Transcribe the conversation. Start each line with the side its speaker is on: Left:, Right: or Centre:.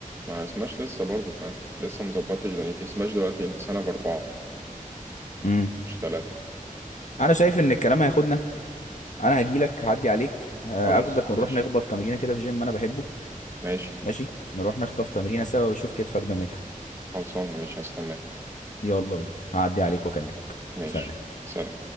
Right: ما سماش لسه برضه فاهم لسه مظبطتش دنيتي سماش دلوقتي السنة بأربعة
Left: امم
Right: مش تلاتة
Left: أنا شايف إن الكلام هياخدنا أنا هجيلك هعدي عليك آه،
Right: خلاص
Left: أخدك ونروح
Right: ماشي
Left: نخبط تمرينة كده في جيم أنا بحبه
Right: ماشي
Left: ماشي نروح نخطف تمرينة سوا وشوف كتفك ده ماله
Right: خلصانة مش هستناك
Left: يلا بينا هعدي
Right: يلا،
Left: عليك وأكلمك
Right: ماشي
Left: سلام
Right: سلام